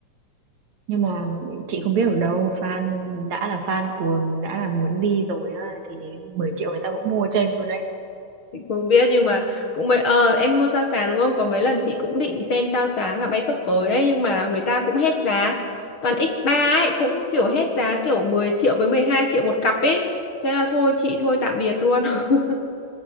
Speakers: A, on the right; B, on the left.
A: nhưng mà chị không biết ở đâu fan đã là fan cuồng đã là muốn đi rồi á, thì 10 triệu người ta cũng mua chênh luôn đấy
B: Chị không biết nhưng mà cũng mấy ờ em mua sao sàn đúng không? Có mấy lần chị cũng định xem sao sàn cả bay phấp phới đấy nhưng mà người ta cũng hết giá. Toàn x ba ấy cũng kiểu hết giá kiểu 10 triệu với 12 triệu một cặp ấy. Thế là thôi chị thôi tạm biệt luôn. <laughs>